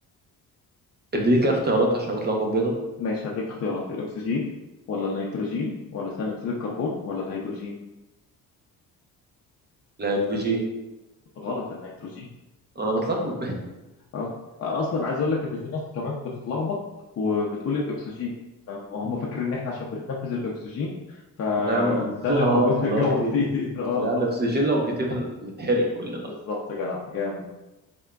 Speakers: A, on the right; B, on the left.
A: اديني كده اختيارات عشان بتلخبط بينهم
B: ماشي هديك اختيارات الاكسجين ولا النيتروجين ولا ثاني اكسيد الكربون ولا الهيدروجين
A: الهيدروجين
B: غلط النيتروجين
A: انا بتلخبط
B: اه اصلا عايز اقول لك ان في ناس كمان بتتلخبط وبتقول الاكسجين لما هم فاكرين ان احنا عشان بنتنفس الاكسجين فده
A: لم <laughs>
B: اللي
A: اه
B: موجود في
A: اللي
B: الجو
A: هو كتير
B: كتير <laughs> اه
A: لا الاكسجين لو كتير نتحرق كلنا
B: بالظبط يا جدع جامد